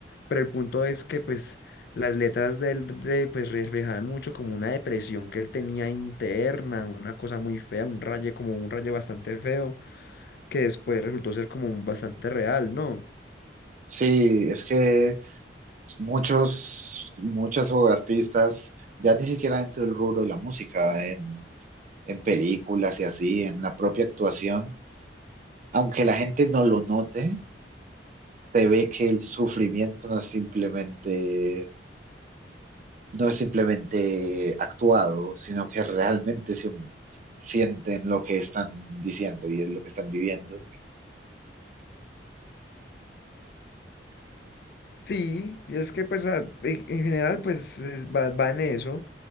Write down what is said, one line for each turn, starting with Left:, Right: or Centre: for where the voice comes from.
Left: Pero el punto es que pues las letras de él de- pues, reflejaban mucho como una depresión que él tenía interna, una cosa muy fea, un raye como un raye bastante feo, que después resultó ser como bastante real, ¿no?
Right: Sí, es que muchos, muchas artistas, ya ni siquiera dentro del rubro de la música, en, en películas y así, en la propia actuación, aunque la gente no lo note, se ve que el sufrimiento no es simplemente, no es simplemente actuado, sino que realmente se, sienten lo que están diciendo y es lo que están viviendo.
Left: Sí, y es que pues a- en en general pues es- va, va en eso.